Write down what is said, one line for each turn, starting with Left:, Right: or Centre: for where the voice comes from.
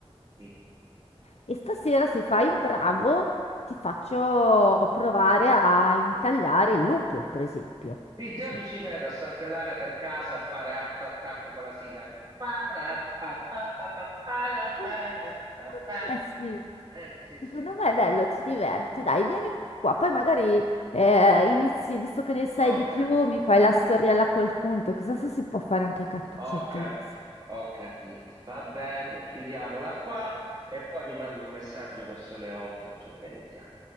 Right: sì.
Left: e stasera, se fai il bravo, ti faccio provare a intagliare il lupo, per esempio.
Right: Sì, già
Left: Poi ci-
Right: mi ci vedo a saltellare per casa a fare Art Attack con la sigla. Para, pa, pa, pa, pa, para,
Left: Eh,
Right: para, pa,
Left: Secondo
Right: pa.
Left: me sì.
Right: Eh, sì,
Left: Secondo
Right: sì,
Left: me è bello, ti diverti. Dai, vieni qua. Poi magari eh, inizi, visto che ne sai
Right: ho
Left: di
Right: capito,
Left: più, mi fai la storiella col conto. Chissà se si può fare anche cappuccetto.
Right: ho cap-
Left: rosso.
Right: ho capito. Va bene, chiudiamola qua e poi mi mandi un messaggio verso le 8 e ci organizziamo.